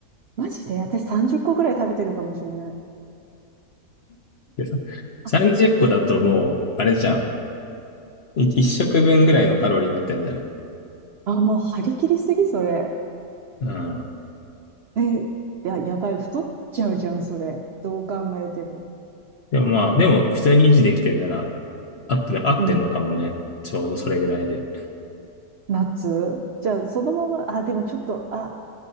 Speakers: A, on the right; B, on the left.
A: マジで私30個ぐらい食べてるかもしれない。
B: でさ30個だともう、
A: あ、
B: あれじゃん。い1食分ぐらいのカロリーになってるんじゃない
A: あ、もう張り切りすぎ、それ。
B: うん。
A: え、いや、やばい、太っちゃうじゃん、それ。どう考えても。
B: でもまあ、でも普通に維持できてんなら、合って合ってんのかもね。
A: うん。
B: ちょうどそれぐらいで。
A: ナッツじゃあ、そのまま、あ、でもちょっと、あ、